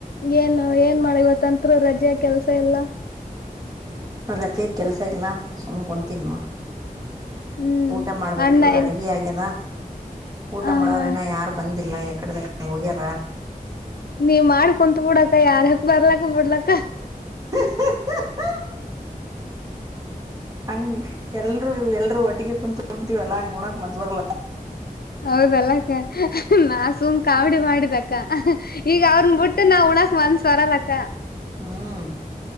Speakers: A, on the left; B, on the right.
A: ಏನ್ ಏನ್ ಮಾಡಗ ಇವತ ಅಂತ್ರ ರಜೆ ಕೆಲ್ಸ ಇಲ್ಲಾ.
B: ಹ್ಮ ರಜೆ ಕೆಲಸ ಇಲ್ಲ ಸುಮ್ಮ್ನೆ ಕೊಂತೀನ್ ನೋಡ.
A: ಹ್ಮ್
B: ಊಟ ಮಾಡ್ಬೇಕು
A: ಅಣ್ಣ
B: ಅಡ್ಗಿ
A: ಎಲ್
B: ಆಗ್ಯದ ಊಟ
A: ಹ
B: ಮಾಡವ್ರ
A: ಹಾ
B: ನ ಯಾರ ಬಂದಿ. ಬಂದಿಲ್ಲ ಎಕಡೆದ <unintelligible> ಅಕಡೆ ಹೋಗ್ಯಾರ.
A: ನೀ ಮಾಡ್ ಕುಂತ್ ಬಿಡಕ್ಕ ಯಾರಕ್ ಬರ್ಲಕ್ಕ ಬಿಡ್ಲಕ್ಕ.
B: <inaudible> ಹಂಗ ಎಲ್ರು ಎಲ್ರುೂ ಒಟ್ಟಿಗೆ ಕುಂದ ತಗೋತೀವಲ್ಲ ಹಂಗ ಉಣಕ್ ಮನ್ಸ್ ಬರ್ಲ್ಲ.
A: ಹೌದಲ್ಲಕ್ಕ ನಾ ಸುಮ್ ಕಾಮಡಿ ಮಾಡಿದಕ್ಕ. ಈಗ ಅವ್ರನ ಬಿಟ್ಟು ನಾವ್ ಉಣಾಕ್ ಮನುಸರಲಕ್ಕ.
B: ಹ್ಮ್.